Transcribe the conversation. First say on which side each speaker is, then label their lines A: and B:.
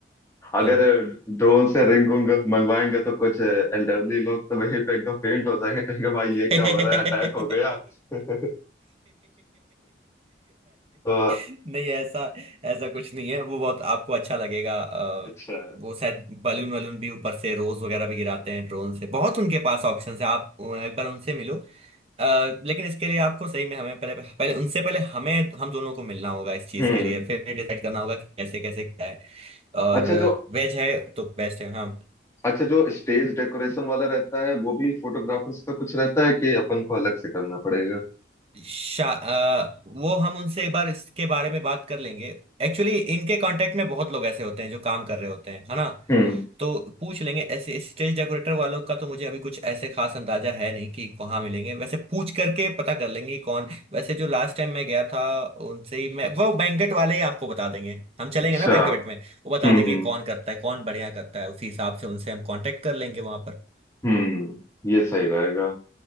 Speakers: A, on the left (about 15°); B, on the right (about 35°).
A: अगर
B: हाँ
A: ड्रोन से रिंग उंग मंगवाएंगे तो कुछ एल्डरली लोग तो वहीं पे एकदम फेंट हो जाएंगे कहेंगे भाई ये
B: अरे
A: क्या हो रहा है अटैक हो गया <laughs> तो
B: नहीं ऐसा ऐसा कुछ नहीं है वो बहुत आपको अच्छा लगेगा अ,
A: अच्छा
B: वो शायद बलून वलून भी ऊपर से रोज वगैरह भी गिराते हैं ड्रोन से बहुत उनके पास ऑप्शन है आप अ, एक बार उनसे मिलो अ, लेकिन इसके लिए आपको सही में हमें पहले पहले उनसे पहले हमें हम दोनों को मिलना होगा इस चीज
A: हम्म
B: के लिए फिर डिसाइड करना होगा कि कैसे कैसे क्या है और
A: अच्छा जो
B: वेज है तो बेस्ट है हाँ
A: अच्छा जो स्टेज डेकोरेशन वाला रहता है वो भी फोटोग्राफर्स का कुछ रहता है कि अपन को अलग से करना पड़ेगा
B: शा अ, वो हम उनसे एक बार इसके बारे में बात कर लेंगे एक्चुअली इनके कांटेक्ट में बहुत लोग ऐसे होते हैं जो काम कर रहे होते हैं है ना
A: हम्म
B: तो पूछ लेंगे ऐसे स्टेज डेकोरेटर वालों का तो मुझे अभी कुछ ऐसे खास अंदाजा है नहीं कि कहाँ मिलेंगे वैसे पूछ करके पता कर लेंगे कि कौन वैसे जो लास्ट टाइम मैं गया था उनसे ही मैं वो बैंकेट वाले ही आपको बता देंगे हम चलेंगे
A: अच्छा
B: ना बैंकेट में वो बता
A: हम्म
B: देंगे
A: हम्म
B: कौन करता है कौन बढ़िया करता है उसी हिसाब से उनसे हम कांटेक्ट कर लेंगे वहां पर
A: हम्म ये सही रहेगा